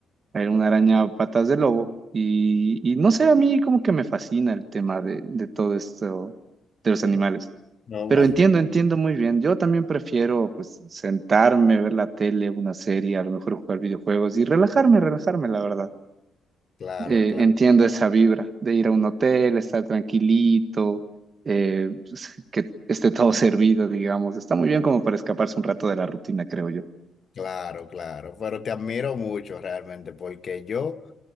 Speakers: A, on the right; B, on the left.
A: era una araña patas de lobo, y, y no sé, a mí como que me fascina el tema de, de todo esto de los animales.
B: No, no,
A: Pero
B: my
A: entiendo,
B: God.
A: entiendo muy bien. Yo también prefiero pues sentarme, ver la tele, una serie, a lo mejor jugar videojuegos y relajarme, relajarme, la verdad
B: Claro,
A: eh,
B: claro.
A: entiendo esa vibra de ir a un hotel, estar tranquilito, eh, pues, que esté todo <laughs> servido, digamos. Está muy bien como para escaparse un rato de la rutina, creo yo.
B: Claro, claro, pero te admiro mucho realmente porque yo,